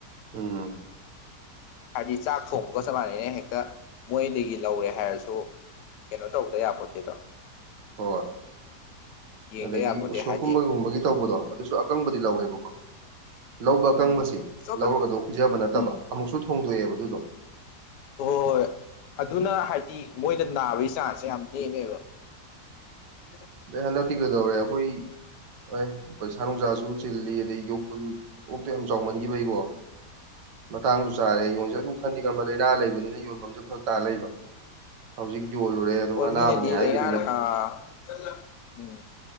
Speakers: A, on the right; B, on the left.
A: ꯎꯝ
B: ꯍꯥꯏꯕꯗꯤ ꯆꯥꯛ ꯊꯣꯡꯕꯒ ꯆꯞ ꯃꯥꯟꯅꯩꯅ ꯍꯦꯛꯇ ꯃꯣꯏꯗꯒꯤ ꯂꯧꯔꯦ ꯍꯥꯏꯔꯁꯨ ꯀꯩꯅꯣ ꯇꯧꯕꯗ ꯌꯥꯄꯣꯠꯇꯦꯗꯣ
A: ꯍꯣꯏ ꯍꯣꯏ
B: ꯌꯦꯡꯗ
A: ꯑꯗꯒꯤ
B: ꯌꯥꯄꯣꯠꯇꯦ
A: ꯎꯁꯣꯀꯨꯝꯕꯒꯨꯝꯕꯒꯤ
B: ꯍꯥꯏꯗꯤ
A: ꯇꯧꯕꯗꯣ ꯑꯗꯨꯁꯨ ꯑꯀꯪꯕꯗꯤ ꯂꯧꯋꯦꯕꯀꯣ ꯂꯧꯕ ꯑꯀꯪꯕꯁꯤ
B: ꯎꯝ ꯑꯇꯣꯞꯄ
A: ꯂꯧꯔꯒꯗꯣ ꯄꯤꯖꯕ ꯅꯠꯇꯕ
B: ꯎꯝ
A: ꯑꯃꯨꯛꯁꯨ ꯊꯣꯡꯗꯣꯛꯑꯦꯕ ꯑꯗꯨꯗꯣ
B: ꯍ ꯍꯣꯏ ꯍꯣꯏ ꯑꯗꯨꯅ ꯍꯥꯏꯗꯤ ꯃꯣꯏꯗ ꯅꯥꯕꯒꯤ ꯆꯥꯟꯁꯁꯦ ꯌꯥꯝ ꯅꯦꯝꯃꯦꯕ ꯎꯝ
A: ꯍꯟꯗ ꯇꯤꯒꯗꯧꯔꯦ ꯑꯩꯈꯣꯏ ꯑꯦ ꯄꯩꯁꯥ ꯅꯨꯡꯁꯥꯁꯨ ꯆꯤꯜꯂꯤ ꯑꯗꯩ ꯌꯣꯛꯄꯗꯨ ꯑꯣꯛꯇ ꯌꯥꯝ ꯆꯥꯎꯃꯟꯈꯤꯕꯩꯀꯣ
B: ꯎꯝ
A: ꯃꯇꯥꯡꯁꯨ ꯆꯥꯔꯦ ꯌꯣꯟꯁꯦ ꯑꯗꯨꯝ ꯈꯟꯗꯤ ꯉꯝꯕ ꯂꯥꯏꯅꯥ ꯂꯩꯕꯅꯤꯅ ꯌꯣꯟꯐꯝꯁꯨꯦ ꯈꯔ ꯇꯥ ꯂꯩꯕ ꯍꯧꯖꯤꯛ ꯌꯣꯜꯂꯨꯔꯦ ꯑꯗꯨꯝ
B: ꯍꯣꯏ
A: ꯑꯅꯥꯕꯅꯦ
B: ꯃꯤꯅꯗꯤ
A: ꯍꯥꯏꯈꯤꯕ
B: ꯂꯥꯏꯅꯥ ꯑ ꯎꯝ